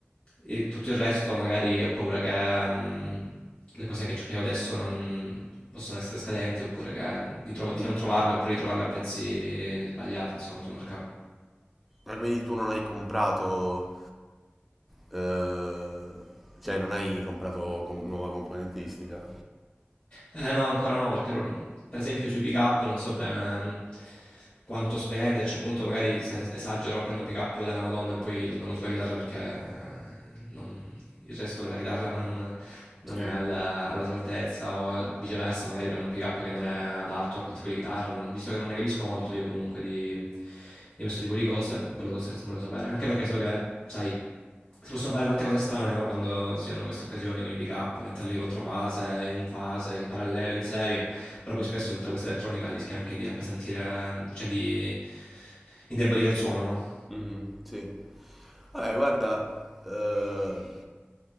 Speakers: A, on the left (about 35°); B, in the centre.
A: il- tutto il resto magari ho paura che mm, le cose che, che ho adesso non possono essere scadenti oppure che di, trova- di non trovarle oppure di trovarle a prezzi sbagliati insomma sul mercato.
B: Ma quindi tu non hai comprato, eh, cioè, non hai comprato com- nuova componentistica?
A: Eh no, ancora no, perché pro- per esempio sui pick up non so bene mm, quanto spenderci, appunto magari se esagero prendo un pick up della Madonna e poi non uso la chitarra perché eh, non- il resto della chitarra non, non
B: Sì.
A: è al- alla sua altezza o al- viceversa, magari prendo un pick up che non è adatto a quel tipo di chitarra, non- visto che non ne capisco molto io comunque di, di questo tipo di cose, volevo, volevo sapere, anche perché so che, sai si possono fare tante cose strane no? quando si hanno queste occasioni con i pick up, metterli contro fase, in fase, in parallelo, in serie, però poi spesso tutta questa elettronica rischia anche di appesantire, cioè di indebolire il suono, no?
B: Mhm, sì. Vabbè, guarda, eh,